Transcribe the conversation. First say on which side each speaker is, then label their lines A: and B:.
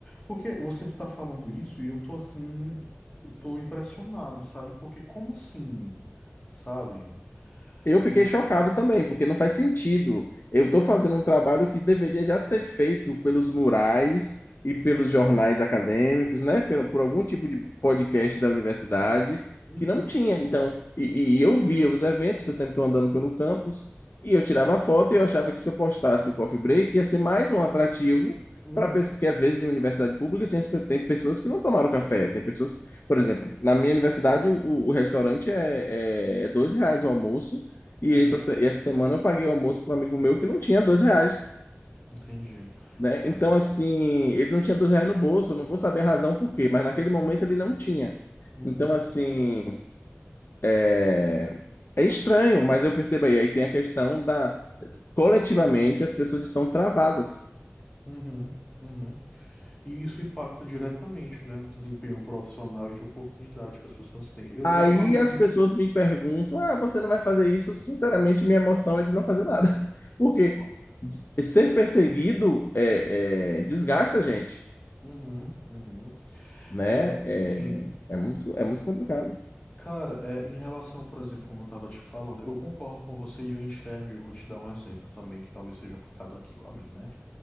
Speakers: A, on the left; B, on the left.
A: Porque você está falando isso e eu tô assim, eu tô impressionado, sabe? Porque como assim? Sabe?
B: Eu fiquei
A: E-
B: chocado também, porque não faz sentido. Eu estou fazendo um trabalho que deveria já ser feito pelos murais e pelos
A: Uhum,
B: jornais acadêmicos, né? Pela- Por, algum tipo de podcast da universidade,
A: uhum,
B: que não tinha. Então, e, e eu via os eventos, que eu sempre estou andando pelo campus, e eu tirava foto e eu achava que se eu postasse o coffee break ia ser mais um atrativo
A: uhum,
B: para pessoas, porque às vezes em universidade pública tinha, as pe- tem pessoas que não tomaram café, tem pessoas, por exemplo, na minha universidade o, o restaurante é, é, é dois reais o almoço e
A: uhum.
B: essa, se- essa semana eu paguei o almoço para um amigo meu que não tinha dois reais,
A: Entendi.
B: né?
A: É.
B: Então, assim, ele não tinha dois reais no bolso, eu não vou saber a razão por quê, mas naquele momento ele não tinha.
A: Uhum,
B: Então, assim, é é estranho, mas eu percebo aí, aí tem a questão da, coletivamente as pessoas estão travadas.
A: uhum, uhum. E isso impacta diretamente, né, no desempenho profissional e de oportunidade que as pessoas têm. Eu,
B: Aí
A: eu falo
B: as
A: isso.
B: pessoas me perguntam, ah, você não vai fazer isso? Sinceramente, minha emoção é de não fazer nada. <laughs> Porque
A: Então,
B: ser perseguido é, é, desgasta a gente.
A: Uhum, uhum.
B: né?
A: É,
B: É,
A: sim.
B: é muito, é muito complicado.
A: Cara, é, em relação, por exemplo, como eu estava te falando, eu concordo com você e eu enxergo, e eu vou te dar um exemplo também que talvez seja aplicado aqui com a mim, né?